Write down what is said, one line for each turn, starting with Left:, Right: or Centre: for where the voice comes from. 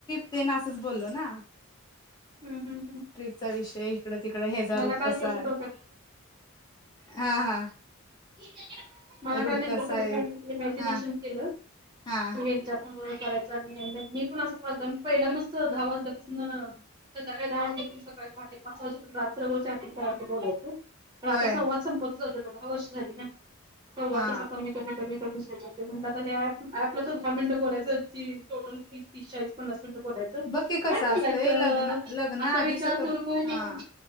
Left: ते ना असच बोललो ना!
Right: हम्म हम्
Left: ट्रिपचा विषय हिकडं तिकडं हेजा
Right: मला
Left: रूट
Right: काल
Left: कसा
Right: तसं
Left: आय,
Right: डोक्यात
Left: हा हा
Right: इत ठेव मला का
Left: रूट
Right: <unintelligible>
Left: कसा आहे
Right: इमॅजिनेशन
Left: हा
Right: केलं
Left: हा
Right: आणि हेंच्या फोनवर करायचा <unintelligible> मी पण असं पगन पहिला मस्त दहा वाजल्यापासनं, संध्याकाळी दहा वाजेपर्यंत, सकाळी पहाटे पाच वाजेपर्यंत रात्रभर चॅटिंग करायचं बोलायचं त
Left: होय
Right: आता संवाद संपत आलंय दहा वर्ष झाली ना संवाद
Left: हा
Right: तसा कमी कमी कमी कमीच होत जातोय म्हणलं आता हे अँप अँपला तर दहा मिनटं बोलायचंय ती टोटल फीज तीस चाळीस पन्नास मिनिटं बोलायचं,
Left: बघ की कसं
Right: काय बोलायचं?
Left: असतंय लग्न लग्न
Right: असा
Left: आधीच
Right: विचार
Left: कस
Right: करून
Left: हा